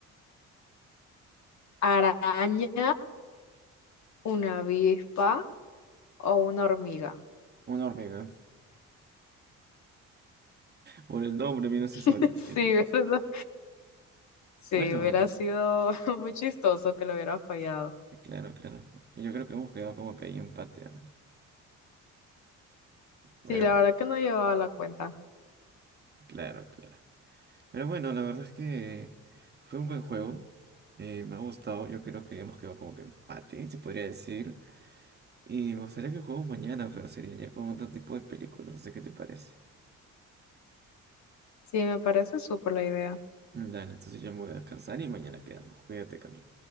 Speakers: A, on the left (about 65°); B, on the right (about 35°).
A: ¿Araña, una avispa o una hormiga?
B: Una hormiga. Por el nombre, vino se
A: <laughs>
B: sobreentiende.
A: Sí, ¿verdad? Sí,
B: Bueno,
A: hubiera sido <laughs> muy chistoso que lo hubiera fallado.
B: eh, claro, claro. Yo creo que hemos quedado como que ahí empate. ¿ah? Pero
A: Sí, la
B: bueno,
A: verdad que no llevaba la cuenta.
B: claro, claro. Pero bueno, la verdad es que fue un buen juego. eh, me ha gustado. Yo creo que hemos quedado como que empate, se podría decir. Y me gustaría que juguemos mañana, pero sería ya con otro tipo de películas. No sé qué te parece.
A: Sí, me parece súper la idea.
B: Dale, entonces ya me voy a descansar y mañana quedamos. Cuídate, Camila.